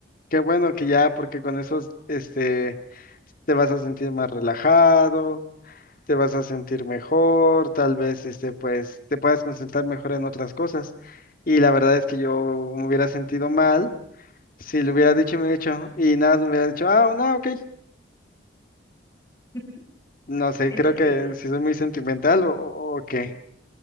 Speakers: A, on the left (about 50°); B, on the left (about 20°).
A: qué bueno que ya, porque con esos, este, te vas a sentir más relajado, te vas a sentir mejor, tal vez, este, pues, te puedas concentrar mejor en otras cosas. Y la verdad es que yo me hubiera sentido mal si le hubiera dicho y me hubiera dicho, y nada, me hubiera dicho, ah, no, ok.
B: <laughs>
A: No sé,
B: Eso
A: creo que
B: sí,
A: si soy muy sentimental o, o o qué.